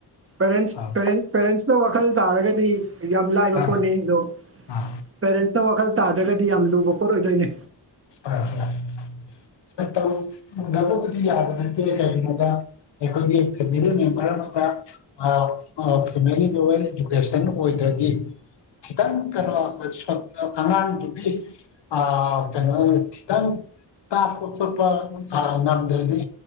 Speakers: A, on the right (about 30°); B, on the left (about 70°).
A: ꯄꯦꯔꯦꯟꯁ
B: ꯑꯥ
A: ꯄꯦꯔꯦꯟ ꯄꯦꯔꯦꯟꯁꯅ ꯋꯥꯈꯜ ꯇꯥꯔꯒꯗꯤ ꯌꯥꯝ ꯂꯥꯏꯕ
B: ꯑꯥ
A: ꯄꯣꯠꯅꯤ ꯑꯗꯨ
B: ꯑꯥ
A: ꯄꯦꯔꯦꯟꯁꯅ ꯋꯥꯈꯜ ꯇꯥꯗ꯭ꯔꯒꯗꯤ ꯌꯥꯝ ꯂꯨꯕ ꯄꯣꯠ ꯑꯣꯏꯗꯣꯏꯅꯦ꯫
B: ꯍꯣꯏ ꯍꯣꯏ ꯈꯔ ꯇꯧꯗꯕꯕꯨꯗꯤ ꯌꯥꯕ ꯅꯠꯇꯦ ꯀꯩꯒꯤꯅꯣꯗ ꯑꯩꯈꯣꯏꯒꯤ ꯐꯦꯃꯤꯂꯤ ꯃꯦꯝꯕꯔ ꯑꯃꯗ ꯑꯥ ꯑ ꯐꯦꯃꯤꯂꯤꯗ ꯋꯦꯜ ꯏꯗꯨꯀꯦꯁꯟ ꯑꯣꯏꯗ꯭ꯔꯗꯤ ꯈꯤꯇꯪ ꯀꯩꯅꯣ ꯁꯣꯠ ꯑꯉꯥꯡꯗꯨꯒꯤ ꯑꯥ ꯀꯩꯅꯣ ꯈꯤꯇꯪ ꯇꯥꯛꯄ ꯈꯣꯠꯄ ꯑ ꯉꯝꯗ꯭ꯔꯗꯤ